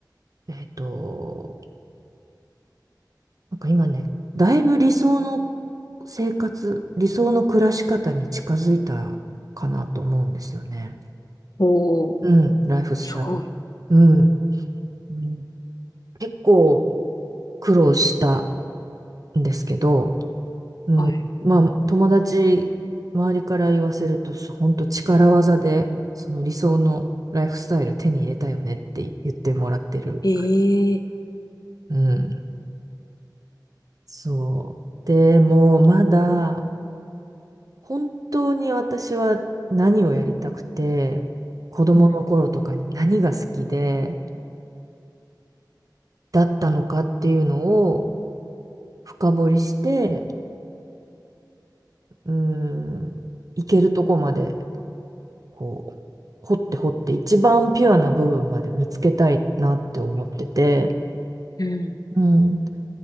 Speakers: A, on the right; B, on the left.
A: えっと、なんか今ね、だいぶ理想の生活、理想の暮らし方に近づいたかなと思うんですよね。
B: おー、
A: うん、ライフスタイル。
B: すごい。
A: うん。うん結構苦労したんですけど、うん、
B: はい。
A: まあ友達、周りから言わせると、本当力技で、その理想のライフスタイル手に入れたよねって言ってもらってる。
B: ええー
A: うん。そう。でも、まだ、本当に私は何をやりたくて、子供の頃とかに何が好きで、
B: うん
A: だったのかっていうのを深掘りして、うーん、いけるとこまで、こう、掘って掘って、一番ピュアな部分まで見つけたいなって思ってて、
B: うん
A: うん。